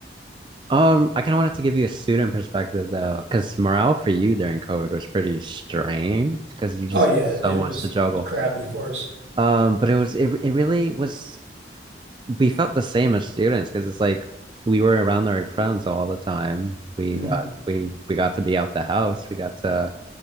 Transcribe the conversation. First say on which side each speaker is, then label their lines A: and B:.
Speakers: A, on the right; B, on the right.
A: Um, I kind of wanted to give you a student perspective though, because morale for you during COVID was pretty strained because you just
B: Oh yeah,
A: had so
B: it
A: much
B: was
A: to juggle.
B: crappy for us.
A: Um, but it was it, it really was we felt the same as students because it's like we were around our friends all the time. We
B: Mm.
A: got we we got to be out the house. We got to